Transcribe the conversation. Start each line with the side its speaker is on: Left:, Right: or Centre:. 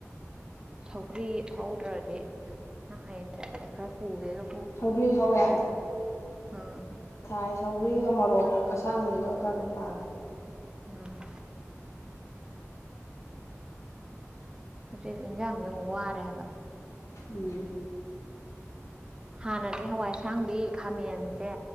Right: ꯁꯧꯒ꯭ꯔꯤ ꯍꯧꯗ꯭ꯔꯗꯤ ꯅꯪ ꯍꯌꯦꯡ ꯆꯠꯄꯗ ꯈꯔ ꯄꯨꯒꯦꯔ
Left: ꯍꯧꯒ꯭ꯔꯤ ꯍꯧꯋꯦꯌꯥꯗ
Right: ꯎꯝ
Left: ꯊꯥꯏ ꯁꯧꯔꯤꯒ ꯃꯣꯔꯣꯛ ꯑꯁꯥꯡꯕꯤꯗꯨꯒ ꯈꯔ ꯈ ꯄꯥꯗ꯭ꯔꯦ
Right: ꯎꯝ ꯍꯧꯖꯤꯛ ꯌꯦꯟꯁꯥꯡꯁ ꯑꯃꯨꯛ ꯋꯥꯔꯦꯕ
Left: ꯎꯝ
Right: ꯍꯥꯟꯅꯗꯤ ꯍꯋꯥꯏꯁꯥꯡꯗꯤ ꯈꯥꯃꯦꯟꯁꯦ